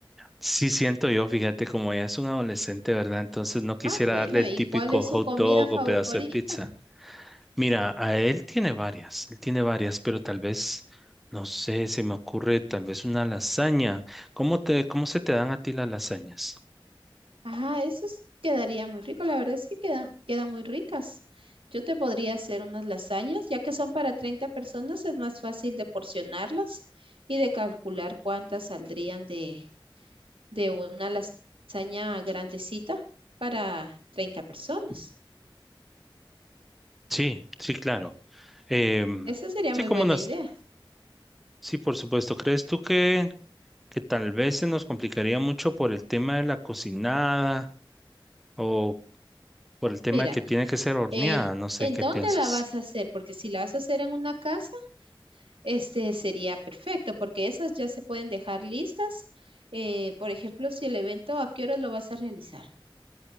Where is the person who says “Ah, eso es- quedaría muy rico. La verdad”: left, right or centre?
Right